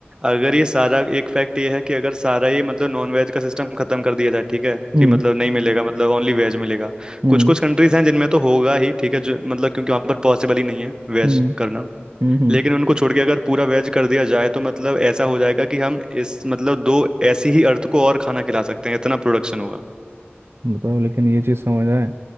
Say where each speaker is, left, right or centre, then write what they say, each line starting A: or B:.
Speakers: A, on the right; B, on the right.
A: अगर ये सारा एक फैक्ट ये है कि अगर सारा ये मतलब नॉन वेज का सिस्टम खत्म कर दिया जाए ठीक है
B: हम्म
A: कि मतलब नहीं मिलेगा मतलब ओनली वेज मिलेगा
B: हम्म
A: कुछ कुछ कंट्रीज हैं जिनमें तो होगा ही ठीक है जो मतलब क्योंकि वहां पर पॉसिबल ही नहीं है वेज
B: हम्म
A: करना
B: हम्म हम्म
A: लेकिन उनको छोड़ के अगर पूरा वेज कर दिया जाए तो मतलब ऐसा हो जाएगा कि हम इस मतलब दो ऐसी ही अर्थ को और खाना खिला सकते हैं इतना प्रोडक्शन होगा
B: बताओ लेकिन ये चीज़ समझ आए